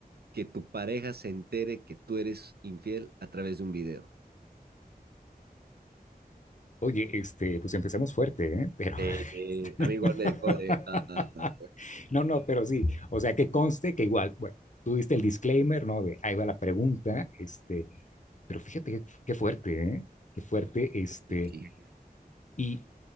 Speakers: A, on the right; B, on the left.
A: que tu pareja se entere que tú eres infiel a través de un video?
B: Oye, este, pues empezamos fuerte, ¿eh? Pero,
A: Eh, sí,
B: <laughs>
A: a mí igual me dejó de... ah, ah, ah,
B: no, no, pero sí, o sea, que conste que igual, bueno, tú diste el disclaimer, ¿no? De ahí va la pregunta, este, pero fíjate qué qué fuerte, ¿eh? Qué fuerte, este.
A: y sí,
B: Y,